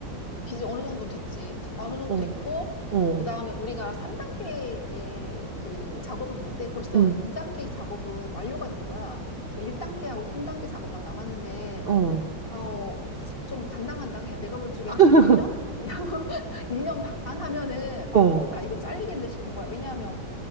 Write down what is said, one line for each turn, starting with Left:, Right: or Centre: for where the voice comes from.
Left: 기지 어느 정도 됐지. 어느 정도
Right: 어,
Left: 됐고,
Right: 어,
Left: 그 다음에 우리가 3단계의 그 작업이 있는데 벌써
Right: 음,
Left: 2단계의 작업은 완료가 된 거야. 지금 1단계하고 3단계 작업만 남았는데,
Right: 어,
Left: 아우, 좀 간당간당해. 내가 볼 적엔 한
Right: <laughs>
Left: 1년? 1년 <laughs> 반 하면은,
Right: 어,
Left: 어, 나 이거 잘리겠네 싶은 거야. 왜냐하면